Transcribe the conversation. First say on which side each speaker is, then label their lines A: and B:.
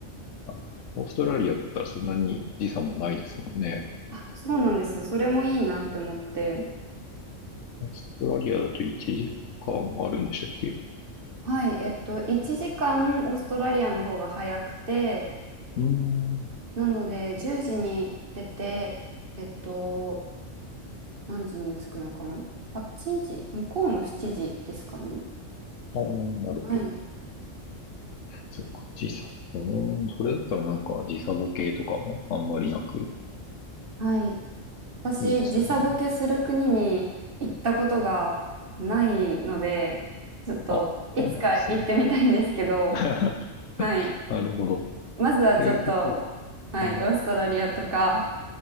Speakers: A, on the left (about 75°); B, on the right (about 45°).
A: あオーストラリアだったらそんなに時差もないですもんね。
B: あ、そうなんです。それもいいなって思って。
A: オーストラリアだと1時間あるんでしたっけ
B: はい。えっと、1時間オーストラリアの方が早くて、
A: うーん。
B: なので、10時に出て、えっと、何時に着くのかな ?8 時、向こうの7時ですかね。
A: ああ、なるほど。
B: はい。
A: そうか、時差。うーん、それだったらなんか時差ボケとかもあんまりなく、
B: はい。私、
A: いいですよね。
B: 時差ボケする国に行ったことがないので、ちょっといつか行ってみたいんですけど、
A: あ、そうなんですね。<laughs>
B: はい。
A: なるほど。っ
B: まずはちょっと、
A: ていうことは、
B: はい、
A: あ
B: オーストラリアとか、